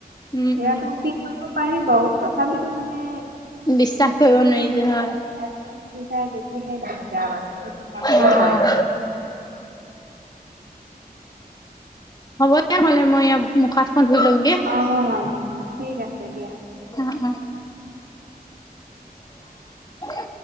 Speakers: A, on the left; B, on the right.
A: উম,
B: সেয়াতো
A: উম
B: বুকিং কৰিব পাৰি বাৰু। তথাপিতো মানে
A: বিশ্বাস কৰিব নোৱাৰি যে হয়।
B: এদভানছ বিচাৰে তেতিয়াহে দিগদাৰ মানে সেইটো সন্দেহ
A: অ',
B: হয়।
A: অ'। হ'ব দে নহলে মই মুখ হাতখন ধুই লও গে।
B: অ, ঠিক আছে দিয়া।
A: অ অ